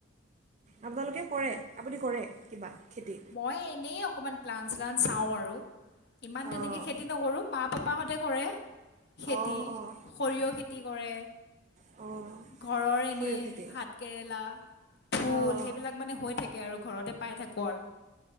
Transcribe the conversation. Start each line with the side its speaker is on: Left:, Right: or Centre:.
Right: আপোনালোকে কৰে আপুনি কৰে কিবা খেতি
Left: মই এনেই অকমান প্লান চ্লান চাওঁ আৰু ইমান তেনেকে
Right: অঁ
Left: খেতি নকৰো মা পাপাহঁতে কৰে খেতি
Right: অঁ অঁ
Left: সৰিয়হ খেতি কি কৰে
Right: অঁ
Left: ঘৰৰ এনে
Right: সৰিয়হ খেতি
Left: ভাত কেৰেলা ফুল
Right: অঁ
Left: সেইবিলাক মানে হৈ থাকে আৰু ঘৰতে পাই থাকোঁ আৰু